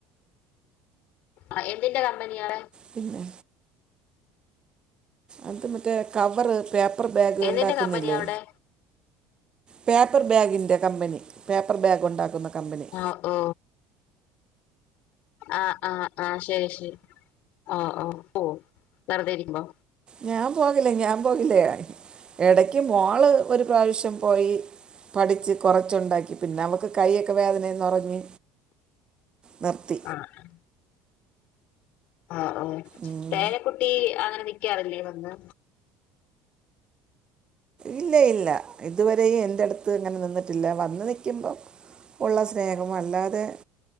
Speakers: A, on the left; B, on the right.
A: ആഹ് എന്തിന്റെ കമ്പനിയാണ്?
B: പിന്നെ അത് മറ്റേ കവറ് പേപ്പ. പ്പർ ബാഗ്
A: എന്തിന്റെ
B: ഉണ്ടാക്കുന്നില്ലേ?
A: കമ്പനിയാ അവിടെ
B: പേപ്പർ ബാഗിന്റെ കമ്പനി പേപ്പർ ബാഗ് ഉണ്ടാക്കുന്ന. കമ്പനി
A: ആഹ് ഓ ആഹ് ആഹ് ആഹ് ശരി ശരി. ആഹ് ആഹ് ഓ വെറുതെ ഇരിക്കുമ്പോ.
B: ഞാൻ പോന്നില്ലേ ഞാൻ പോകില്ലാ ഇടക്ക് മോള് ഒരു പ്രാവശ്യം പോയി പഠിച്ച് കൊറച്ചുണ്ടാക്കി പിന്നെ അവക്ക് കൈയ്യൊക്കെ വേദനേ ന്നറഞ്ഞ് നിർത്തി.
A: ആഹ്. ആഹ് ഓ
B: ഉം.
A: പേരക്കുട്ടി അങ്ങനെ നിക്കാറില്ലേ വന്ന്.
B: ഇല്ല ഇല്ല ഇതുവരേ എന്റെ അടുത്ത് ഇങ്ങനെ നിന്നിട്ടില്ല വന്ന് നൽക്കുമ്പം. ഉള്ള സ്നേഹം അല്ലാതെ.